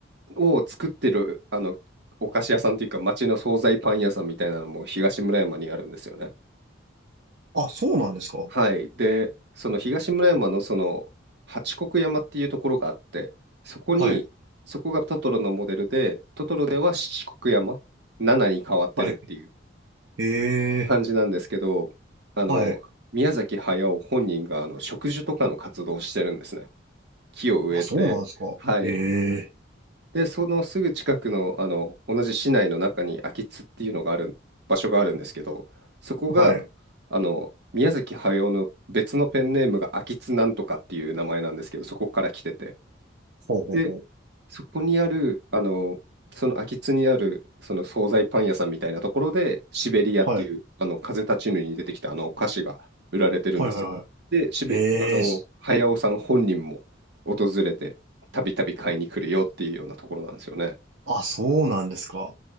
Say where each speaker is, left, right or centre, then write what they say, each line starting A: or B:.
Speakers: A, on the right (about 60°); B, on the right (about 75°).
A: を作ってる、あの、お菓子屋さんというか、町の惣菜パン屋さんみたいなのも東村山にあるんですよね。
B: あ、そうなんですか。
A: はい。で、その東村山のその八国山っていうところがあって、そこに、
B: はい、
A: そこがトトロのモデルで、トトロでは七国山、七に変わってるっていう
B: はい。ええ、
A: 感じなんですけど、あの、
B: はい。
A: 宮崎駿本人があの植樹とかの活動をしてるんですね。木を植えて、
B: あ、そうなんですか。
A: はい。
B: ええ、
A: で、そのすぐ近くの、あの同じ市内の中に秋津っていうのがある場所があるんですけど、そこがあの宮崎駿の別のペンネームが秋津なんとかっていう名前なんですけど、
B: はい。
A: そこから来てて、
B: ほうほうほう。
A: で、そこにある、あのその秋津にあるその惣菜パン屋さんみたいなところで、シベリアっていうあの風立ちぬに出てきたあのお菓子が売られてるんですよ。
B: はい。はいはいは
A: で、しべ、
B: い。ええ、
A: あの駿さん本人も訪れて、
B: す
A: たびたび買いに来るよっていうようなところなんですよね。
B: あ、そうなんですか。